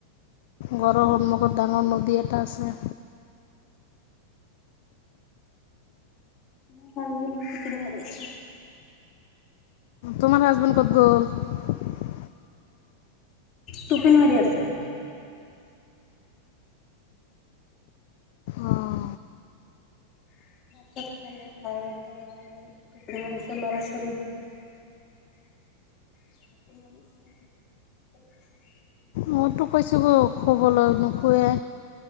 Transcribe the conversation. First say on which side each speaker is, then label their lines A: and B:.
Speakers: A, on the left; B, on the left.
A: ঘৰৰ সন্মুখত ডাঙৰ নদীয়ে এটা আছে
B: মোৰ হাজবেণ্ড <unintelligible> কৰি আছে
A: তোমাৰ হাজবেণ্ড ক'ত গল?
B: টোপনি মাৰি আছে।
A: অঁ
B: <unintelligible> ল'ৰা ছোৱালীৰ <inaudible>
A: মইতো কৈছো গৈ শুবলৈ নোশুৱে